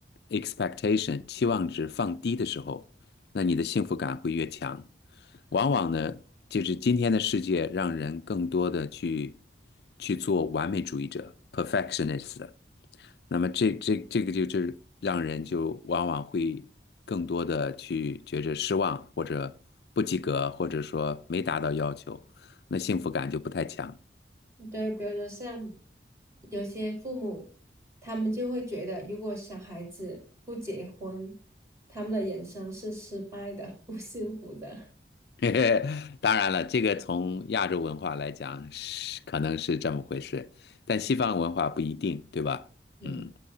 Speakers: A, on the left (about 65°); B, on the right (about 15°).
A: （expectation） 期望值放低的时候，那你的幸福感会越强。往往呢，就是今天的世界让人更多的去去做完美主义者 （perfectionist） 那么这这这个就是让人就往往会更多的去觉着失望，或者不及格，或者说没达到要求，那幸福感就不太强。
B: 对，比如说像有些父母，他们就会觉得，如果小孩子不结婚，他们的人生是失败的，<laughs> 不幸福的。
A: <laughs> 当然了，这个从亚洲文化来讲是可能是这么回事，但西方文化不一定，对吧？
B: 嗯。
A: 嗯。